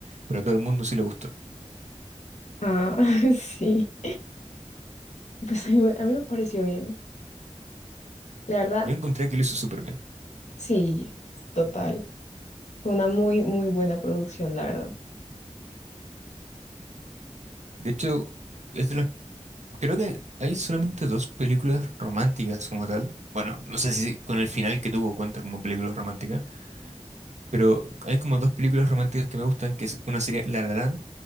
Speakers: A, on the right; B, on the left.
A: pero a todo el mundo sí le gustó.
B: Ah, <laughs> sí. Pues a mí, me- a mí me pareció bien. La verdad,
A: Yo encontré que lo hizo súper bien.
B: sí, total. Fue una muy, muy buena producción, la verdad.
A: De hecho, es de las, creo que hay solamente dos películas románticas como tal. Bueno, no sé si con el final que tuvo cuenta como película romántica pero hay como dos películas románticas que me gustan, que es una sería La La Land